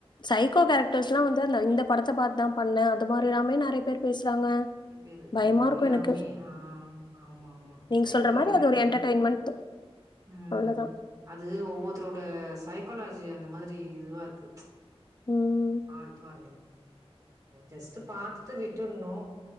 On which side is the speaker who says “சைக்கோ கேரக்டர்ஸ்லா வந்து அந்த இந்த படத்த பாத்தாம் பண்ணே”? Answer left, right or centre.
Left